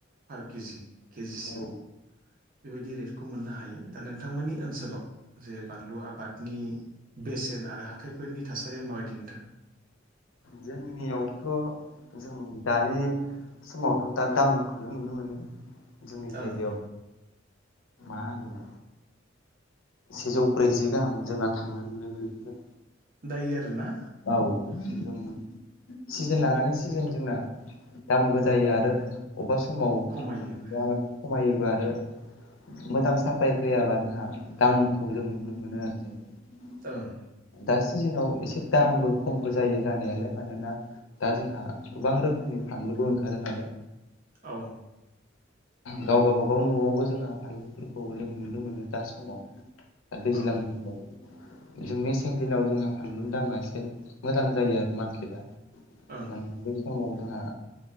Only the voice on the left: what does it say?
औ
जोंनियावथ' जों दानि समावथ' दा दामखौनो नुनो मोनो। जोंनि जायगायाव
मा होनो सेजौ ब्रैजि गाहाम जोंना थांनो नुदों आरोखि जों।
औ जों सिजोन लानानै सिजोन जोंना दामबो जायो आरो अबेबा समाव
फानलुआ माने खमायोबो आरो मोजां साप्लाय फैयाबा जोंहा दामखौ जों नुनो मोनो आरो जेनबा।
दा सिजोनाव एसे दामबो खमबो जायो जानायालाय मानोना दा जोंहा गोबां रोखोमनि फानलुबो ओंखारो नालाय।
गावबा गाबागाव न'आवबो जोंहा फानलुफोरखौ जों नुनो मोनो दा समाव। दा दैज्लां
दिनाव जों मेसें दिनाव जोंहा फानलुनि दामा एसे मोजां जायो आरो मारकेटआ मानोना
बे समाव जोंहा